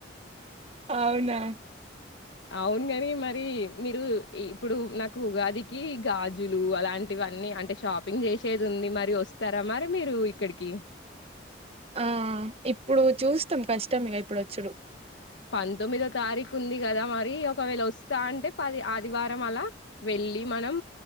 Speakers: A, on the right (about 30°); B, on the left (about 70°).
A: అవునా
B: అవును గని మరి మీరు ఇప్పుడు నాకు ఉగదికి గాజులు అలాంటివ ని అంటే షాపింగ్ చేసేది ఉంది మరి వస్తార మరి మీరు ఇక్కడికి
A: ఆ ఇప్పుడు చూస్తాం కష్టం ఇగ ఇప్పుడు వచ్చుడు
B: పంతొమ్మిదో తారీఖు ఉంది కదా మరి ఒకవేళ వొస్తా అంటే పది ఆదివారం అలా వెళ్ మనం